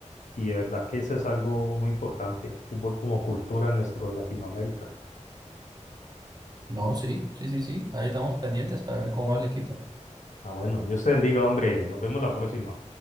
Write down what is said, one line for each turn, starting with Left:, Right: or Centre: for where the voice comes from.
Left: Y de verdad que eso es algo muy importante, fútbol como cultura en nuestro Latinoamérica.
Right: No, sí, sí, sí, sí. Ahí estamos pendientes para ver cómo va el equipo.
Left: Ah, bueno, Dios te bendiga, hombre. Nos vemos la próxima.